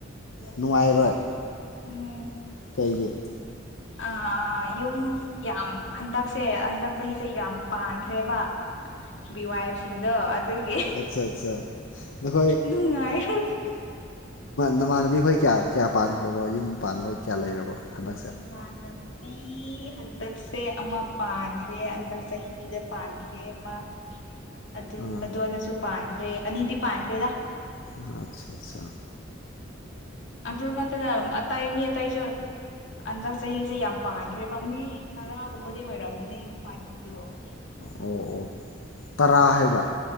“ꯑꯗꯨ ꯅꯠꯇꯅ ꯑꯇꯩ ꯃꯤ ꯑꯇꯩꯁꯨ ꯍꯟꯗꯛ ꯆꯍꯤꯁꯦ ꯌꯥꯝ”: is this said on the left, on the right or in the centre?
Left